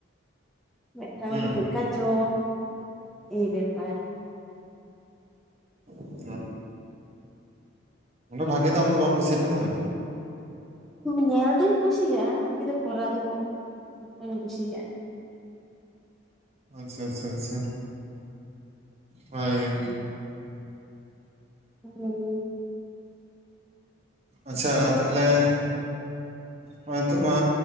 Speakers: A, in the centre; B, on the right.
A: ᱢᱤᱫᱴᱟᱝ
B: ᱦᱩᱸ
A: ᱡᱮᱠᱟᱪᱚ ᱮ ᱵᱮᱯᱟᱨ
B: ᱚ ᱩᱱᱟᱹ ᱵᱷᱟᱹᱜᱤ ᱫᱚ ᱟᱢ ᱫᱚ ᱵᱟᱢ ᱠᱩᱥᱤᱭᱟᱜᱼᱟ, ᱠᱟᱱᱟ ᱪᱮᱫ ᱞᱮᱠᱟ?
A: ᱧᱮᱞ ᱫᱩᱧ ᱠᱩᱥᱤᱭᱟᱜᱼᱟ᱾ ᱠᱤᱛᱩ ᱠᱚᱨᱟᱣ ᱫᱚ ᱵᱟᱹᱧ ᱠᱩᱥᱤᱭᱟᱜᱼᱟ᱾
B: ᱟᱪᱪᱷᱟ, ᱟᱪᱪᱷᱟ, ᱟᱪᱪᱷᱟ, ᱦᱳᱭ᱾
A: ᱦᱩᱸ᱾
B: ᱟᱪᱪᱷᱟ ᱛᱟᱦᱞᱮ ᱱᱚᱭ ᱱᱤᱛᱚᱜ ᱢᱟ